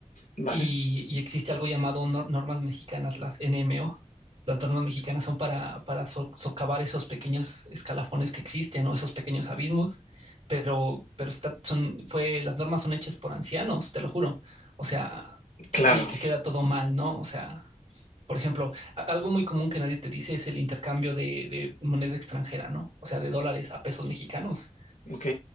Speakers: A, on the left; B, on the right.
A: vale,
B: y, y existe algo llamado nor- normas mexicanas, las NMO. Las normas mexicanas son para, para so- socavar esos pequeños escalafones que existen o esos pequeños abismos, pero, pero está, son, fue, las normas son hechas por ancianos, te lo juro. O sea, que,
A: claro,
B: que, que queda todo mal, ¿no? O sea, por ejemplo, a- algo muy común que nadie te dice es el intercambio de, de moneda extranjera, ¿no? O sea, de dólares a pesos mexicanos
A: ok.